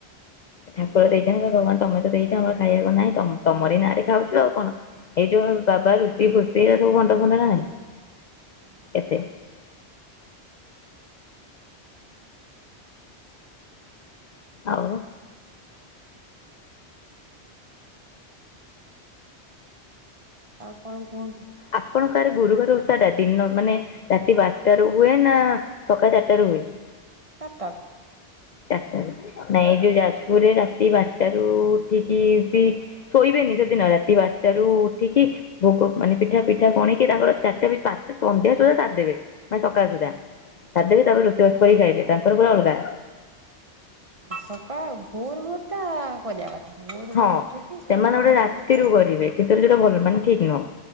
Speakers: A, on the left; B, on the right.
A: ଠାକୁର ଦେଇଛନ୍ତି ଭଗବାନ ତମେ ତ ଦେଇଛ ଆମର ଖାଇବାକୁ ନାଇଁ ତମ ତମରି ନାଁରେ ଖାଉଛୁ ଆଉ କଣ। ଏଇ ଯୋଉ ବାବା ଋଷି ଫୁସି ଏ ସବୁ ଭଣ୍ଡ ଫଣ୍ଡ ନା ନାଇଁ।
B: ହୁଁ।
A: ଏତେ। ଆଉ।
B: ଆଉ କଣ କୁହନ୍ତୁ।
A: ଆପଣଙ୍କ ଆଡେ ଗୁରୁବାର ଓଷା ଟା ଦିନ ମାନେ ରାତି ବାରଟାରୁ ହୁଏ ନା ସକାଳ ଚାରିଟାରୁ ହୁଏ।
B: ଅତକ
A: ଚାର ଟାରୁ। ନାଇଁ ଏ ଯୋଉ ଯାଜପୁରରେ ରାତି ବାରଟା ରୁ ଉଠିକି ବି ଶୋଇବେନି ସେଦିନ ରାତି ବାରଟାରୁ ଉଠିକି ଭୋଗ ମାନେ ପିଠା ପିଠା ଖଣିକି ତାଙ୍କର ଚାରିଟା ସ ସନ୍ଧ୍ୟା ସୁଦ୍ଧା ସାରି ଦେବେ ମାନେ ସକାଳ ସୁଦ୍ଧା ସାରିଦେଇକି ତାପରେ ରୋଷେଇବାସ କରିକି ଖାଇବେ ତାଙ୍କର ପୁରା ଅଲଗା
B: ସକାଳେ ଭୋର ଭୋର ଟା କରିବା କଥା ଭୋର
A: ହଁ
B: ଭୋର ଉଠିକି
A: ସେମାନେ
B: ସବୁ କାମ
A: ଗୋଟେ ରାତିରୁ
B: କରିକି
A: କରିବେ କିନ୍ତୁ ସେଇଟା ଭଲାନ ମାନେ ଠିକ ନୁହଁ